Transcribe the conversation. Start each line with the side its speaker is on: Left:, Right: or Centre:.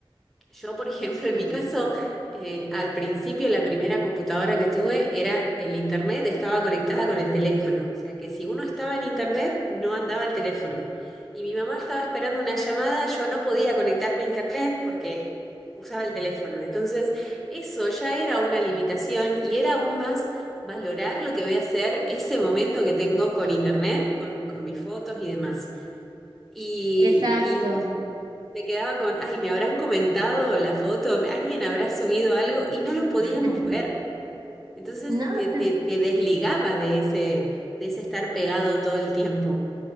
Centre: Yo, por ejemplo,
Right: Sí,
Centre: en mi caso, eh, al principio la primera computadora que tuve era el internet, estaba conectada con el teléfono. O sea que si uno estaba en internet, no andaba el teléfono. Y mi mamá estaba esperando una llamada, yo no podía conectarme a internet porque usaba el teléfono. Entonces, eso ya era una limitación y era aún más valorar lo que voy a hacer ese momento que tengo con internet, con, con mis fotos y demás. Y,
Right: exacto.
Centre: y se quedaba con, ay, me habrán comentado la foto, me- alguien habrá subido algo y no lo podíamos
Right: <laughs>
Centre: ver. Entonces
Right: No,
Centre: te, te,
Right: te-
Centre: te desligaba de ese, de ese estar pegado todo el tiempo.